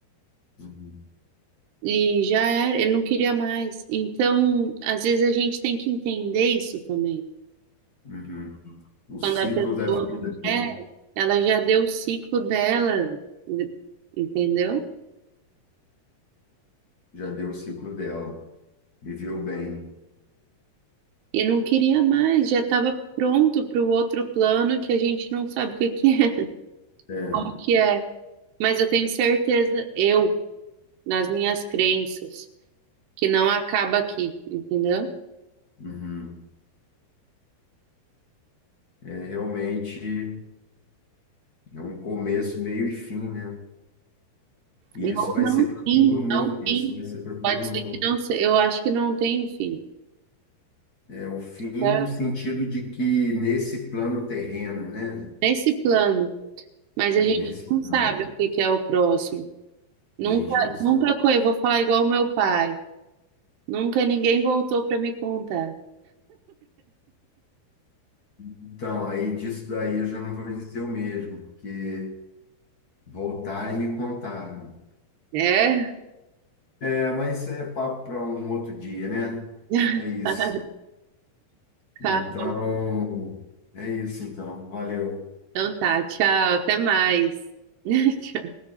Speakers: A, on the left; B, on the right.
A: Uhum.
B: E já era, ele não queria mais. Então, às vezes a gente tem que entender isso também.
A: Uhum. O
B: Quando
A: ciclo
B: a pessoa
A: da vida,
B: não quer,
A: né?
B: ela já deu o ciclo dela, de- entendeu?
A: Já deu o ciclo dela. Viveu bem.
B: E não queria mais, já estava pronto para o outro plano que a gente não sabe o que que é, <laughs>
A: É,
B: como que é. Mas eu tenho certeza, eu, nas minhas crenças, que não acaba aqui, entendeu?
A: uhum. É realmente é um começo, meio e fim, né? E
B: Não,
A: isso vai
B: não
A: ser para
B: tem,
A: todo mundo.
B: não
A: Isso
B: tem.
A: vai ser para todo
B: Pode
A: mundo.
B: ser que não, se- eu acho que não tem o fim.
A: É o fim
B: Tá?
A: no sentido de que nesse plano terreno, né?
B: Nesse plano, mas
A: É,
B: a gente
A: nesse
B: não
A: plano,
B: sabe o que que é o próximo. Nunca,
A: a gente não sabe.
B: nunca, co- eu vou falar igual meu pai. Nunca ninguém voltou para me contar.
A: Então, aí disso daí eu já não vou dizer o mesmo, porque voltaram e me contaram.
B: É?
A: É, mas isso é papo para um outro dia, né?
B: <laughs>
A: É isso. Então,
B: Tá bom.
A: é isso então. Valeu.
B: Então tá, tchau, até mais. <laughs>